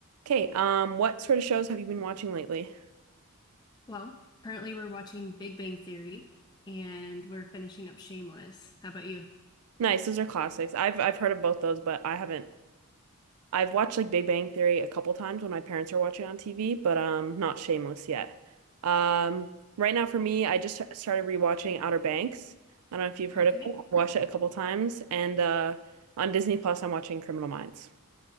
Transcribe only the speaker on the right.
Okay, um, what sort of shows have you been watching lately?
Nice, those are classics. I've I've heard of both those, but I haven't. I've watched like Big Bang Theory a couple times when my parents are watching on TV, but um, not Shameless yet. Um, right now for me, I just started rewatching Outer Banks. I don't know if you've heard
of it. I've watched it a couple times, and uh, on Disney Plus, I'm watching Criminal Minds.